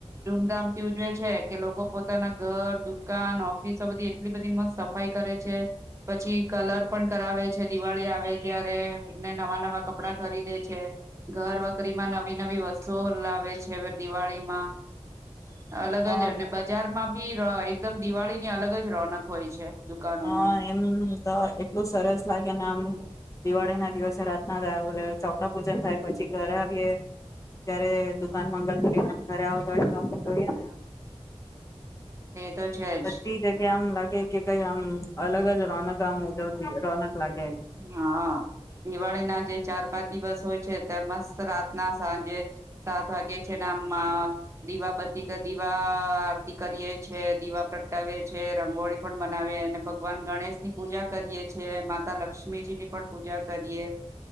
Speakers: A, on the right; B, on the left.
A: ધૂમધામથી ઉજવે છે કે લોકો પોતાના ઘર, દુકાન, ઓફિસો બધી એટલી બધી મસ્ત સફાઈ કરે છે. પછી કલર પણ કરાવે છે દિવાળી આવે ત્યારે ને નવા નવા કપડાં ખરીદે છે. ઘર વકરીમાં નવી નવી વસ્તુઓ લાવે છે હવે દિવાળીમાં અલગ
B: હા
A: જ અને બજારમાં બી એકદમ દિવાળીની અલગ જ રોનક હોય છે. દુકાનોમાં
B: હહ એમ તો એટલું સરસ લાગે ને આમ દિવાળી ના દિવસે રાતના ઓલા ચોપડા પૂજન થાય. પછી ઘરે આવીએે ત્યારે દુકાન મંગલ દ ઘરે આવતા હોય તો અ જોઈએ ને <inaudible>
A: એ તો છે જ
B: બધી જગ્યા આમ લાગે કે કઈ આમ અલગ જ રોનક આમ ઉઘવતી રોનક લાગે
A: હા દિવાળીના જે ચાર પાંચ દિવસ હોય છે તે મસ્ત રાતના સાંજે સાત વાગે છે ને આમ દીવાબતી કે દીવા આરતી કરીએ છે, દીવા પ્રગટાવએ છે, રંગોળી પણ બનાવીએ, અને ભગવાન ગણેશ ની પૂજા કરીએ છે માતા લક લક્ષ્મીજી ની પણ પૂજા કરીએ,